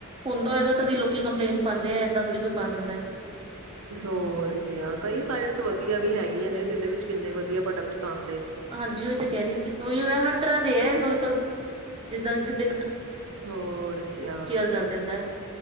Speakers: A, on the right (about 25°); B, on the right (about 70°).
A: ਹੁੰਦਾ ਹੈਗਾ ਤਾਂਦੀ ਲੋਕੀ ਕੰਪਲੇਂਟ ਪਾਉਂਦੇ ਆ ਏਦਾਂ ਥੋੜ੍ਹੀ ਕੋਈ ਪਾ ਦਿੰਦਾ ਹੈ
B: ਹੋਰ ਕ ਕਈ ਸਾਈਡਸ ਵਧੀਆ ਵੀ ਹੈਗੀਆਂ ਨੇ ਜਿਹਦੇ ਵਿੱਚ ਕਿੰਨੇ ਵਧੀਆ ਪ੍ਰੋਡਕਟਸ ਹਨ
A: ਹਾਂਜੀ ਉਹੀ ਤਾਂ ਕਹਿ ਰਹੀ ਉਹੀ ਹੋਇ ਹਰ ਤਰ੍ਹਾਂ ਦੇ ਹੈ ਉ ਤਾਂ ਜਿੱਦਾਂ ਜਿਸਦ
B: ਹੋਰ ਕਿਆ
A: ਕਰ ਦਿੰਦਾ ਹੈ